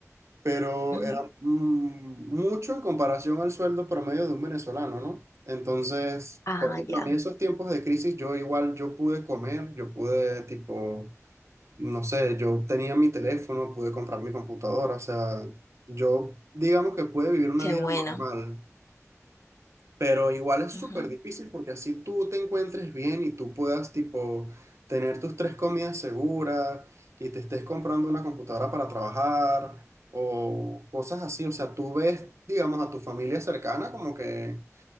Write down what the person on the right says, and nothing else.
pero
era mm, mucho en comparación al sueldo promedio de un venezolano, ¿no? Entonces,
por ejemplo,
a mí esos tiempos de crisis, yo igual, yo pude comer, yo pude, tipo, no sé, yo tenía mi teléfono, pude comprar mi computadora, o sea, yo digamos que pude vivir una
vida
normal. Pero igual es súper
difícil porque así tú te encuentres bien y tú puedas, tipo, tener tus tres comidas seguras y te estés comprando una computadora para trabajar o cosas así. O sea, tú ves, digamos, a tu familia cercana como que